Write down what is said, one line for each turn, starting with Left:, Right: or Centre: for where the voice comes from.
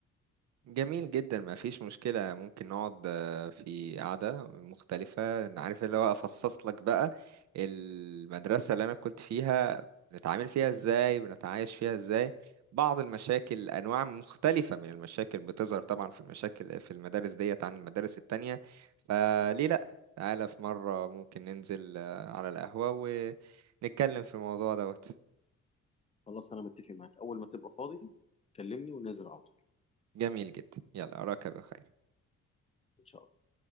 Right: جميل جدا ما فيش مشكلة ممكن نقعد آه، في قعدة مختلفة أنا عارف اللي هو أفصص لك بقى المدرسة اللي أنا كنت فيها بنتعامل فيها إزاي بنتعايش فيها إزاي بعض المشاكل أنواع مختلفة من المشاكل بتظهر طبعا في المشاكل في المدارس ديت عن المدارس التانية فليه لأ تعالى في مرة ممكن ننزل آه، على القهوة ونتكلم في الموضوع دوت
Left: خلاص انا متفق معاك اول ما تبقى فاضي كلمني وننزل على طول
Right: جميل جدا يلا أراك بخير
Left: ان شاء الله